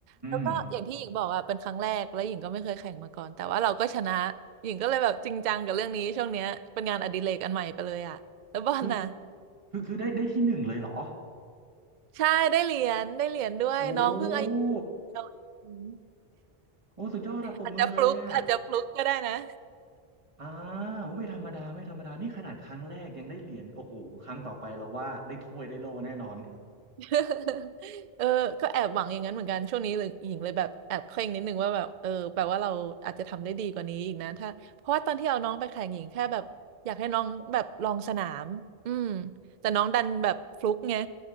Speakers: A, on the right; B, on the right.
A: แล้วก็อย่างที่หญิงบอกอะเป็นครั้งแรกแล้วหญิงก็ไม่เคยแข่งมาก่อนแต่ว่าเราก็ชนะ
B: ม
A: หญิงก็เลยแบบจริงจังกับเรื่องนี้ช่วงเนี้ยเป็นงานอดิเรกอันใหม่ไปเลยอะแล้วบอลน่ะ
B: คือคือคือได้ได้ที่หนึ่งเลยเหรอ
A: ใช่ได้เหรียญได้เหรียญด้วยน้องเพิ่งอายุ
B: โอ้
A: เดียวอืม
B: โอ้สุดยอดอะปรบมือเลยอ่ะ
A: อาจจะฟลุกอาจจะฟลุกก็ได้นะ
B: อ่าโอ้ไม่ธรรมดาไม่ธรรมดานี่ขนาดครั้งแรกยังได้เหรียญโอ้โหครั้งต่อไปเราว่าได้ถ้วยได้โล่แน่นอน
A: <laughs> เออก็แอบหวังอย่างนั้นเหมือนกันช่วงนี้หญิงเลยแบบแอบเคร่งนิดนึงว่าแบบเออแปลว่าเราอาจจะทำได้ดีกว่านี้อีกนะถ้าเพราะว่าตอนที่เอาน้องไปแข่งหญิงแค่แบบอยากให้น้องแบบลองสนามอืมแต่น้องดันแบบฟลุกไง